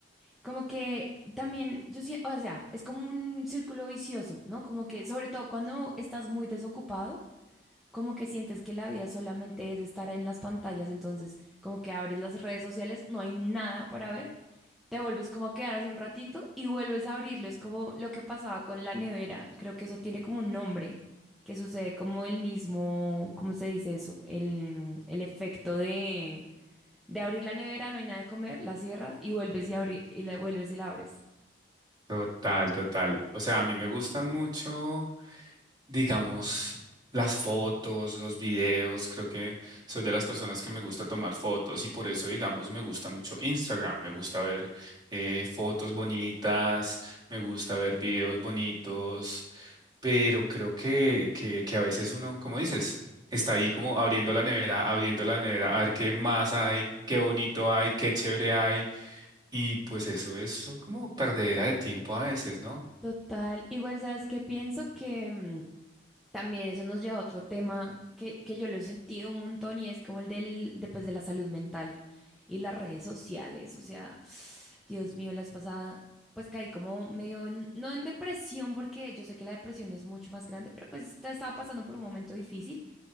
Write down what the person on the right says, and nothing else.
Total, total. O sea, a mí me gustan mucho. digamos, las fotos, los videos, creo que soy de las personas que me gusta tomar fotos y por eso, digamos, me gusta mucho Instagram, me gusta ver eh, fotos bonitas, me gusta ver videos bonitos, pero creo que, que, que a veces uno, como dices, está ahí como abriendo la nevera, abriendo la nevera, a ver qué más hay. Qué bonito hay, qué chévere hay. Y pues eso es como perdedera de tiempo a veces, ¿no?